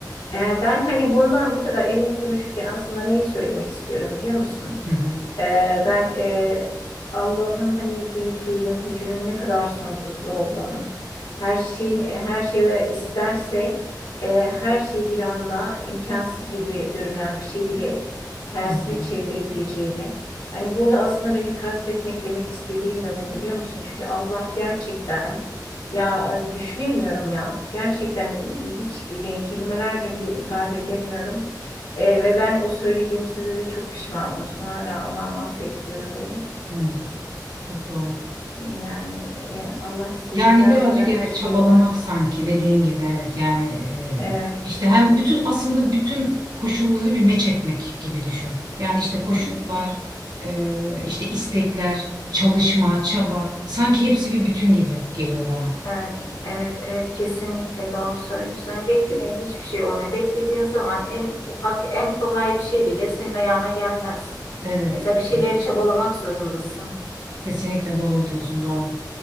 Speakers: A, on the left; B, on the right.
A: E, ben hani bundan bu kadar emin konuşurken aslında neyi söylemek istiyorum biliyor musun?
B: Hı hı.
A: Ee, ben e, Allah'ın hani büyüklüğünün, gücünün ne kadar sonsuz olduğunu, her şeyin her şeye isterse e, her şeyi bir anda imkansız gibi görünen bir şey bile tersine
B: Hı hı.
A: çevirebileceğini. Hani burada aslında benim kastetmek demek istediğim de bu biliyor musun? Çünkü Allah gerçekten ya e, düşünemiyorum ya. Gerçekten hiç e, kelimelerle bile ifade edemiyorum. E, ve ben o söylediğim sözü de çok pişman olmuştum. Hala Allah'ım affet diyorum beni.
B: Evet, çok doğru.
A: Yani e, Allah istedikten
B: Yani birazcık
A: sonra
B: evet
A: her şey
B: çabalamak
A: oluyor.
B: sanki dediğin gibi evet yani e,
A: Evet.
B: işte hem bütün aslında bütün koşulları bir meç etmek gibi düşün. Yani işte koşullar,
A: Hı hı.
B: e, işte istekler, çalışma, çaba sanki hepsi bir bütün gibi geliyor bana.
A: Evet, evet, evet kesinlikle doğru söylüyorsun. Yani beklemeyle hiçbir şey olmuyor. Beklediğin zaman en ufak, en kolay bir şey bile senin ayağına gelmez.
B: Evet,
A: Mesela bir şeyleri
B: evet,
A: çabalamak zorundasın.
B: kesinlikle doğru diyorsun doğru.